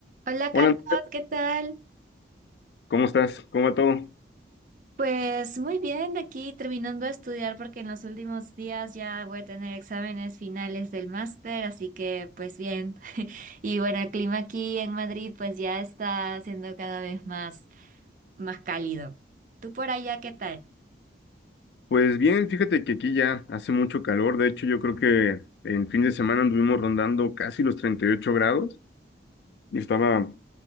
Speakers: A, on the right; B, on the left.
A: Hola
B: Hola,
A: Carlos,
B: Andrea,
A: ¿qué tal?
B: ¿cómo estás? ¿Cómo va todo?
A: Pues muy bien, aquí terminando de estudiar porque en los últimos días ya voy a tener exámenes finales del máster, así que pues bien. <laughs> Y bueno, el clima aquí en Madrid pues ya está siendo cada vez más, más cálido. ¿Tú por allá qué tal?
B: Pues bien, fíjate que aquí ya hace mucho calor. De hecho, yo creo que en fin de semana anduvimos rondando casi los 38 grados y estaba